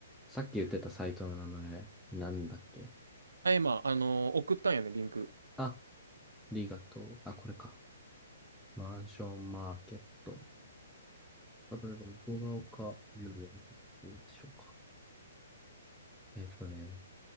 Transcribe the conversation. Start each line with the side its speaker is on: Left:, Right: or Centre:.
Centre: さっき言ってたサイトの名前、なんだっけ
Right: あ、今、あのー送ったんやね、リンク。
Centre: あ、リガとう。あ、これか。マンションマーケット。例えば、向ヶ丘遊園とかどうでしょうか。えっとね、